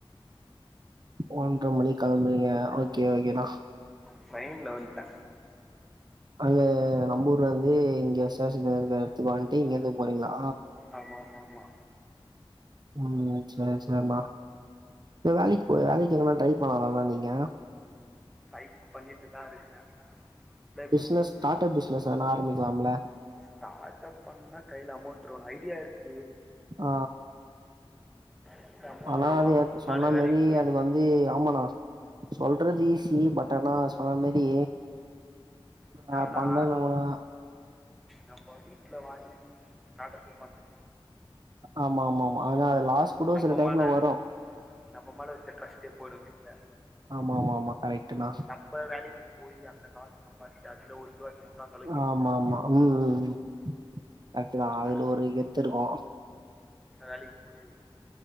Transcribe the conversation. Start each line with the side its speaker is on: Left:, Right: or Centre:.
Right: ஒன்ற மணிக்கு கெளம்புனிங்க ஓகே ஓகேண்ணே
Centre: ட்ரையின்ல வன்ட்ட
Right: அங்கே நம்பூரலேருந்து இங்கே ஸ்டேஷன் இருக்க எடத்துக்கு வன்ட்டு இங்கேருந்து போறீங்களா
Centre: ஆமா ஆமா ஆமா
Right: ம் ம் செரி செரிணா இ வேலைக்கி போ வேலைக்கி எங்கான ட்ரை பண்ணலாலண்ணா நீங்க
Centre: ட்ரை பண்ணிட்டு தா இருக்கே அப்லே
Right: பிசினஸ்
Centre: பண்ட்ருக்கே
Right: ஸ்டார்ட் அப் பிசினஸ் எதனா ஆரம்பிக்கலாம்ல
Centre: ஸ்டார்ட் அப் பண்ணுணா கையில அமௌண்ட் வேணு ஐடியா இருக்
Right: ஆ
Centre: கைல அமௌண்ட்
Right: ஆனா
Centre: இருக்கணு
Right: அது
Centre: கொஞ்ச
Right: சொன்ன
Centre: நாள் வேலைக்கு
Right: மேரி
Centre: போய்
Right: அது வந்து ஆமாணா சொல்றது ஈ சி பட் ஆனா சொன்ன மாரி
Centre: என்னன்னா
Right: ஆ பண்ணது பூரா
Centre: நம்ம வீட்ல வாங்கி ஸ்டாடப்பே பண்ண
Right: ஆமா ஆமா ஆமா ஆனா அது லாஸ் கூட
Centre: நம்ம
Right: சில டைம்ல
Centre: மேலே
Right: வரு
Centre: நம்ம மேல வச்ச ட்ரஸ்ட்டே போயிடு வீட்ல
Right: ஆமா ஆமா ஆமா கரெக்ட்ண்ணா
Centre: இப்போ நம்ப வேலைக்கு போய் அந்த காசு சம்பாதிச்சு அதுல ஒரு இதுவாச்சுனா கூட அந்த
Right: ஆமா ஆமா ம் ம் கரெக்ட தா
Centre: அதனால்
Right: அதுல ஒரு கெத்து இருக்கு
Centre: வேலைக்கி போயி